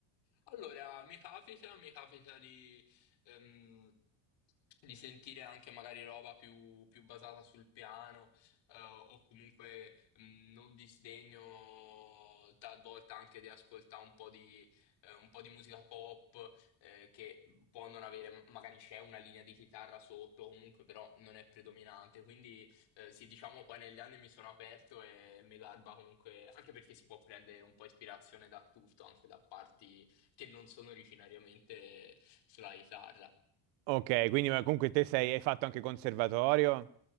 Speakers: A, on the left; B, on the right.
A: Allora, mi capita, mi capita di, ehm, di sentire anche magari roba più, più basata sul piano, eh, o comunque mh, non disdegno talvolta anche di ascoltare un po' di, eh, un po' di musica pop, eh, che può non avere, magari c'è una linea di chitarra sotto, comunque però non è predominante. Quindi eh, sì, diciamo poi negli anni mi sono aperto e mi garba comunque, anche perché si può prendere un po' ispirazione da tutto, anche da parti che non sono originariamente sulla chitarra.
B: Ok, quindi ma comunque te sei, hai fatto anche conservatorio?